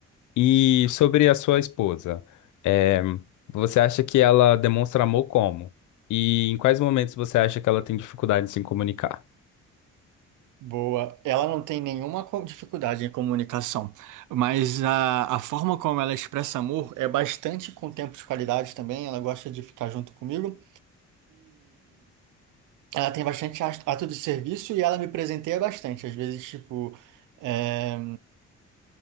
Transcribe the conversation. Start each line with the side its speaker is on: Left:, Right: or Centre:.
Left: E sobre a sua esposa, é, você acha que ela demonstra amor como? E em quais momentos você acha que ela tem dificuldade em se comunicar?
Right: Boa. Ela não tem nenhuma co- dificuldade em comunicação, mas a, a forma como ela expressa amor é bastante com tempo de qualidade também. Ela gosta de ficar junto comigo. Ela tem bastante as- ato de serviço e ela me presenteia bastante. Às vezes, tipo, é,